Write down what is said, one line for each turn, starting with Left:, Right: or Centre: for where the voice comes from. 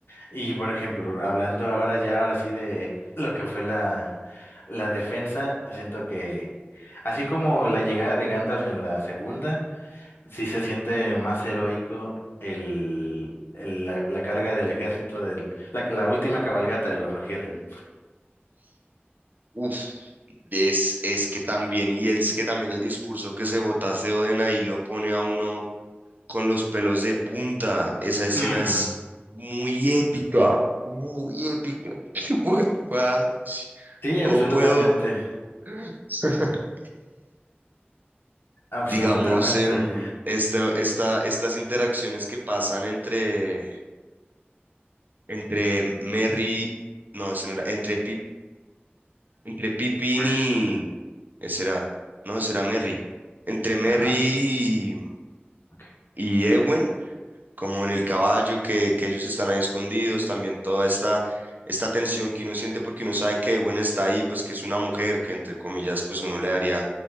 Left: Y por ejemplo, hablando ahora ya, ahora sí de lo que fue la, la defensa, siento que así como la llegada de Gandalf en la segunda, sí se siente más heroico el, el- la, la carga del ejército del, la, la última cabalgata de los Rohirrim.
Right: Uf, es, es que también, y es que también el discurso que se bota Theoden ahí lo pone a uno con los pelos de punta, esa escena
Left: Ujú.
Right: es muy épica, muy épica. <laughs> Bueno, ah,
Left: Sí,
Right: no
Left: absolutamente,
Right: puedo. <laughs>
Left: absolutamente.
Right: digamos, em, esta, esta, estas interacciones que pasan entre, entre Merry, no, ese no era, entre, Pip, entre Pippin
Left: Gracias,
Right: y,
Left: Pastor.
Right: ese era, no, ese era Merry, entre Merry
Left: Ajá,
Right: y,
Left: ok.
Right: y Ewen como en el caballo, que, que ellos están ahí escondidos, también toda esta, esta tensión que uno siente porque uno sabe que Gwen está ahí, pues que es una mujer, que entre comillas, pues uno le daría